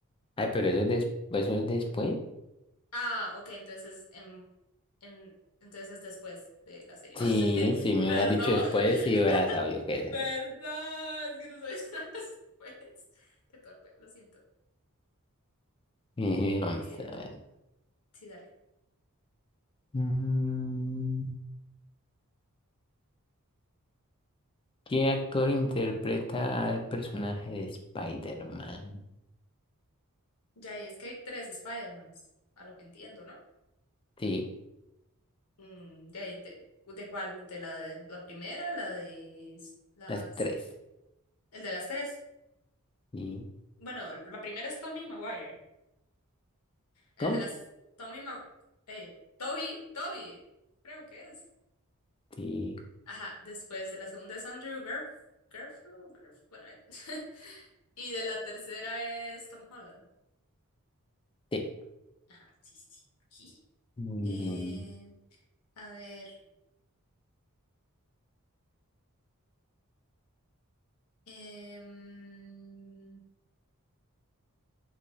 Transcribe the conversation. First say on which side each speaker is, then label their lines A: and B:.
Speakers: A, on the left; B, on the left.
A: Ay, pero eso es, des- eso es después.
B: Ah, ok, entonces es en, en, entonces es después de la serie.
A: Sí,
B: <laughs> Más bien.
A: si me
B: Perdón,
A: hubieras dicho después, sí hubiera sabido
B: <laughs>
A: qué era.
B: perdón, es que no soy <laughs> después. Qué torpe, lo siento.
A: <laughs>
B: Eh,
A: Vamos a ver.
B: sí, dale.
A: Mm, ¿Qué actor interpreta al personaje de Spider-Man?
B: Ya es que hay tres Spider-Mans, a lo que entiendo, ¿no?
A: Sí,
B: Mm, de, ahí te- ¿de cuál? ¿De la, de la primera? ¿La de s- las...
A: las tres.
B: El de las tres.
A: ¿Y
B: Bueno, la primera es Tommy Maguire. El
A: cómo?
B: de las... Tommy Ma... Eh, Toby, Toby, creo que es.
A: Sí,
B: Ajá, después de la segunda es Andrew Garf, Garfield, Garf- bueno, él. <laughs> Y de la tercera es Tom Holland.
A: sí.
B: Ajá, sí, sí, sí. Jiji.
A: Mm,
B: Eh, a ver, em,